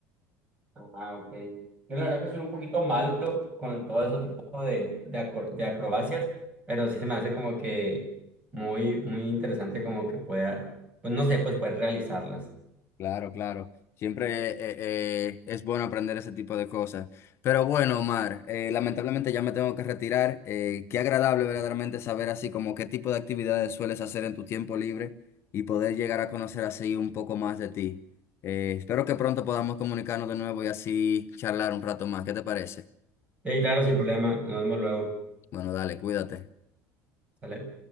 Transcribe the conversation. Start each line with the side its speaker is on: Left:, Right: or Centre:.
Right: Ah, ok. Yo la verdad que soy un poquito malo con todo ese tipo de, de, acro- de acrobacias, pero sí se me hace como que muy, muy interesante como que pueda, pues no sé, pues poder realizarlas.
Left: Claro, claro. Siempre eh, eh, es bueno aprender ese tipo de cosas. Pero bueno, Omar, eh, lamentablemente ya me tengo que retirar. Eh, qué agradable verdaderamente saber así como qué tipo de actividades sueles hacer en tu tiempo libre y poder llegar a conocer así un poco más de ti. Eh, espero que pronto podamos comunicarnos de nuevo y así charlar un rato más. ¿Qué te parece?
Right: Sí, claro, sin problema, nos vemos luego.
Left: Bueno, dale, cuídate.
Right: ¿Sale?